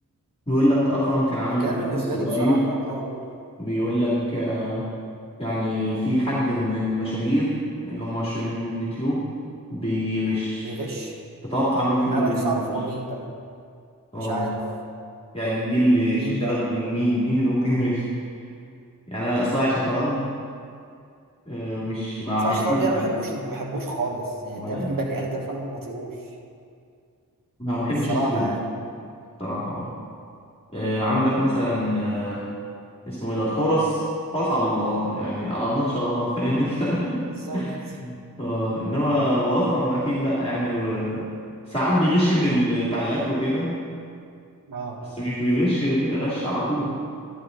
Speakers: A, on the left; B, on the right.
A: بيقول لك اكرم كان عامل
B: لكن
A: بودكاست
B: انا بالنسبه
A: قريب
B: لي بصراحه اه اقول
A: بيقول
B: مم.
A: لك آه، يعني في حد من المشاهير اللي هم مشهورين يوتيوب بيغش
B: بيغش
A: تتوقع مين فيهم
B: انا
A: اللي
B: بقى نفسي
A: ممكن
B: اعرف
A: يغش
B: هو مين بقى
A: اه
B: مش عارف
A: يعني دي دي اللي
B: مين
A: ش- شغل
B: بقى
A: دماغ مين مين اللي ممكن يغش يعني انا صايع شطرنج آه، مش ما
B: بس
A: حسيتش
B: أنا الشطرنج ده
A: بيه
B: انا ما بحبوش ما بحبوش خالص يعني
A: ولا
B: ده <laughs> بني
A: انا
B: ادم انا ما بطيقوش
A: ما بحبش
B: الصراحه
A: اسلوبه
B: يعني
A: بصراحه برضه. آه، عندك مثلا آه، اسمه ايه ده حورس حورس على الله يعني على الله ان شاء الله فاهم انت <laughs>
B: بالظبط
A: اه انما واكرم اكيد لا يعني و... ساعات بيغش من التعليقات وكده
B: اه
A: بس مش بيغش غش على طول